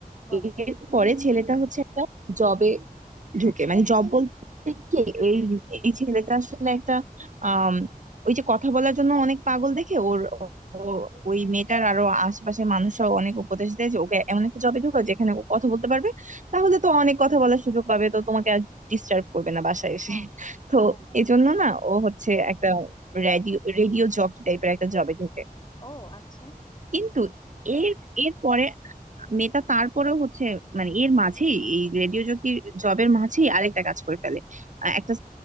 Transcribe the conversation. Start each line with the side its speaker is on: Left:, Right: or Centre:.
Left: বলো
Right: এরপরে ছেলেটা হচ্ছে একটা জবে ঢুকে মানে জব বলতে কি এই এই ছেলেটা আসলে একটা আম, ওই যে কথা বলার জন্য অনেক পাগল দেখে ওর ও- ওই মেয়েটার আরো আশেপাশের মানুষরা অনেক উপদেশ দেয় যে ওকে এমন একটা জবে ঢুকাও যেখানে ও কথা বলতে পারবে তাহলে তো অনেক কথা বলার সুযোগ পাবে তো তোমাকে আর ডিস্টার্ব করবে না বাসায় এসে
Left: হ্যাঁ
Right: তো
Left: হ্যাঁ
Right: এই জন্য না ও হচ্ছে একটা রেডিও রেডিও জকি টাইপের একটা জবে ঢুকে
Left: ও আচ্ছা
Right: কিন্তু এর এর পরে মেয়েটা তারপরেও হচ্ছে মানে এর মাঝেই এই রেডিও জকির জবের মাঝেই আরেকটা কাজ করে ফেলে আহ, একটা